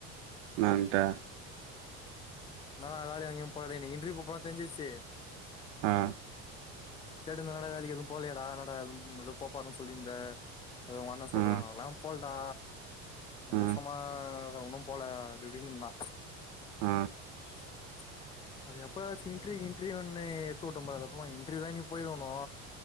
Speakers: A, on the right; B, on the left.
A: நா தா
B: வா வேலையா எங்கயு போட நீ இண்ட்ரியுக்கு போனனு தெரிஞ்சிர்ச்சு
A: ஆஹா
B: தேட்ற நல்ல வேலைக்கு எது போலயா டா என்னா டா எதோ போ போறன் சொல்லிருந்த ஓங்க அண்ண சொல்றனால்
A: ஆ
B: போல்டா அப்டியே
A: ஆ
B: சும்மா தா ஒன்னு போல அப்டிப்டின்னுதா
A: ஆ
B: உம் அது எப்போ வாச்சு இன்ர்வூக்கு இன்டர்வியூன்னு எடுத்து விட்டோம்ரா அது அப்புறம் இடர்வூ போயிடணும்